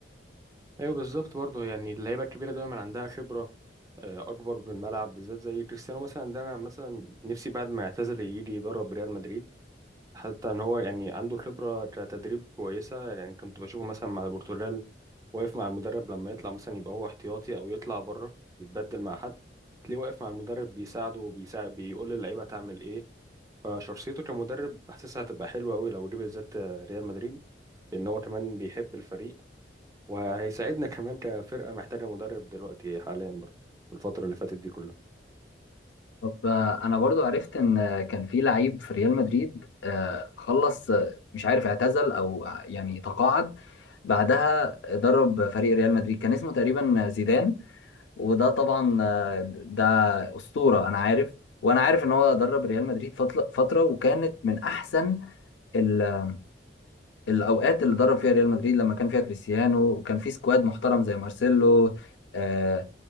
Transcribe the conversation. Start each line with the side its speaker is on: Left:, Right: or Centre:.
Right: ايوه بالظبط برضه يعني اللعيبه الكبيره دايما عندها خبره آه، اكبر في الملعب بالذات زي كريستيانو مثلا ده انا مثلا نفسي بعد ما يعتزل يجي يدرب ريال مدريد حتى ان هو يعني عنده خبره كتدريب كويسه يعني كنت بشوفه مثلا مع البرتغال واقف مع المدرب لما يطلع مثلا يبقى هو احتياطي او يطلع بره يتبدل مع حد تلاقيه واقف مع المدرب بيساعده وبيساعد بيقول للعيبه تعمل ايه فشخصيته كمدرب حاسسها هتبقى حلوه قوي لو جه بالذات آه، ريال مدريد لان هو كمان بيحب الفريق وهيساعدنا كمان كفرقة محتاجة مدرب دلوقتي حاليا برضه الفترة اللي فاتت دي كلها
Left: طب آه، انا برضو عرفت ان آه، كان في لعيب في ريال مدريد آه، خلص آه، مش عارف اعتزل او آه، يعني تقاعد بعدها درب فريق ريال مدريد كان اسمه تقريبا زيدان وده طبعا آه، ده أسطورة انا عارف وانا عارف ان هو درب ريال مدريد فتل- فترة وكانت من احسن ال- الاوقات اللي درب فيها ريال مدريد لما كان فيها كريستيانو وكان في سكواد محترم زي مارسيلو آه،